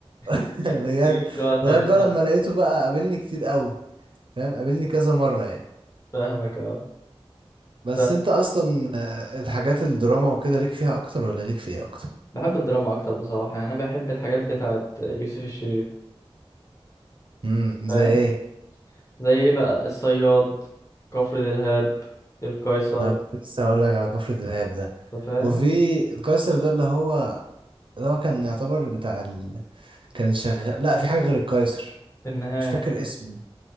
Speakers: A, on the right; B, on the left.
A: <laughs>
B: <laughs>
A: بجد
B: يجيب واضح
A: لغاية
B: بيتحط
A: بقى لما لقيته بقى قابلني كتير قوي فاهم قابلني كذا مرة يعني
B: فاهمك اه
A: بس
B: طب
A: انت اصلا آه، الحاجات الدراما وكده ليك فيها اكتر ولا ليك في ايه اكتر
B: بحب الدراما اكتر بصراحه يعني انا بحب الحاجات بتاعت يوسف الشريف
A: امم
B: فاهم
A: زي ايه
B: زي ايه بقى الصياد كفر دلهاب القيصر
A: انا كنت لسه هقول لك على كفر دلهاب ده
B: انت فاهم
A: وفي القيصر ده اللي هو اللي هو كان يعتبر بتاع ال... كان شغال لا في حاجة غير القيصر
B: النهايه
A: مش فاكر اسمه